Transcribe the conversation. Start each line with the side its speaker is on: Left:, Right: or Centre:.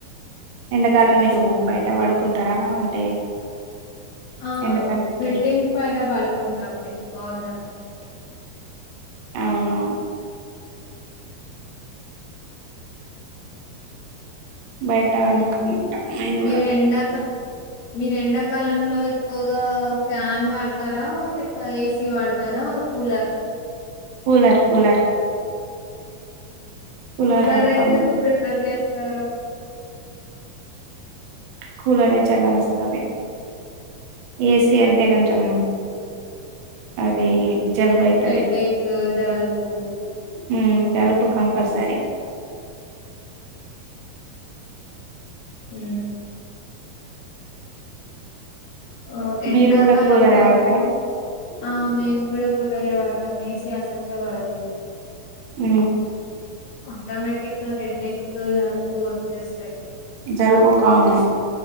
Right: ఎండకాలం మీరు బయట పడుకుంటారా అంటే
Left: ఆ
Right: ఎండాకాలం అయితే
Left: బిల్డింగ్ పైన పడుకుంటాం ఎక్కువ జా ఆమైతే
Right: అవునవును బయట
Left: హ్మ్.
Right: పండుకుంటాం మేము
Left: మీరు
Right: కూడా
Left: ఎండాక మీరు ఎండాకాలంలో ఎక్కువగా ఫ్యాన్ వాడతారా లేక ఏ సీ వాడతారా or cooler
Right: cooler cooler cooler
Left: కూలరే
Right: వాడతాం
Left: ఎందుకు ప్రిఫర్ చేస్ తారు
Right: కూలరే చల్లగా వస్తాది ఏ సీ అంటే కొంచెం అది జలుబు అయితది
Left: హెడ్డెక్, జలుబు
Right: ఊ జలుబు కంపల్సరి
Left: ఊ ఓ ఎండకాలంలో
Right: మీరు కూడా కూలరే వాడతారా
Left: ఆ మేన్ కూడా ఇరే వాడుతా ఎసి అసలుగా వాడదు.
Right: ఊ
Left: ఆటోమేటిక్ హెడ్డేక్, జలుబు వచ్చేస్తాయి
Right: జలుబు కామన్